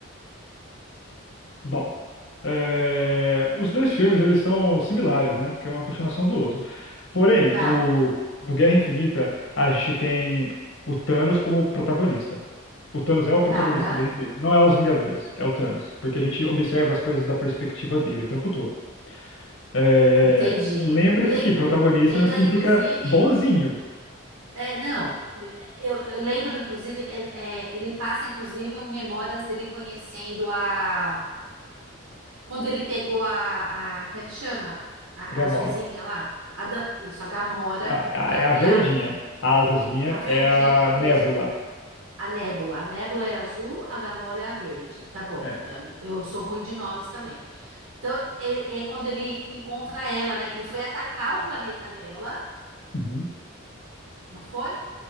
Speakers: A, on the left; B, on the right.
A: Bom, é, os dois filmes eles são similares, né? Porque um é uma continuação do outro. Porém,
B: Tá,
A: o... no Guerra Infinita, a gente tem o Thanos como protagonista. O Thanos é o protagonista
B: tá,
A: do Guerra Infinita, não é os Vingadores, é o Thanos, porque a gente observa as coisas da perspectiva dele o tempo todo. É,
B: entendi.
A: Lembre-se
B: Le-
A: que protagonista
B: lembra,
A: não significa
B: inclusive,
A: bonzinho,
B: É, não, eu, eu lembro, inclusive, é- é, ele passa, inclusive, memórias dele conhecendo a... Quando ele pegou a... a- como é que chama? A,
A: Gamora.
B: a azulzinha lá. A da- isso, a Gamora,
A: A- a-
B: para
A: É
B: criar.
A: a verdinha, a azulzinha
B: A verdinha,
A: é a
B: isso.
A: Nébula.
B: A Nébula. A Nébula é azul, a Gamora é a verde. Tá bom,
A: É.
B: é, eu sou ruim de nomes também. Então, é, é quando ele encontra ela, né? Que ele foi atacar o planeta dela,
A: Uhum.
B: não foi?